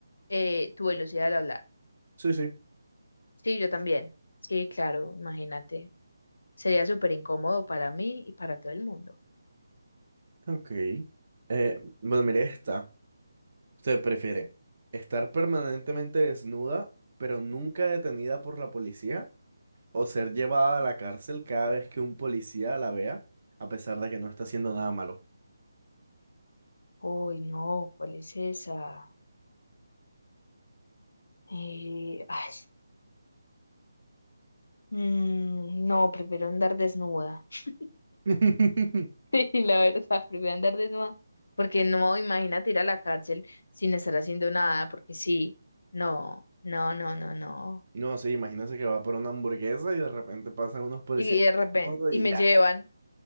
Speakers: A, on the left (about 70°); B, on the right (about 50°).
A: eh, tu velocidad al hablar.
B: Sí, sí.
A: Sí, yo también. Sí, claro, imagínate. Sería súper incómodo para mí y para todo el mundo.
B: Ok. Eh, bueno, mire esta. Usted prefiere estar permanentemente desnuda, pero nunca detenida por la policía, o ser llevada a la cárcel cada vez que un policía la vea, a pesar de que no está haciendo nada malo.
A: Uy, no, ¿cuál es esa? Eh, ay, mm, no, prefiero andar desnuda. <laughs>
B: <laughs>
A: Sí, la verdad, prefiero andar desnuda. Porque no, imagínate ir a la cárcel sin estar haciendo nada, porque sí, no, no, no, no, no.
B: No, sí, imagínense que va por una hamburguesa y de repente pasan unos policías
A: Y, y de
B: en
A: repente,
B: moto
A: y
B: y
A: me
B: ya.
A: llevan,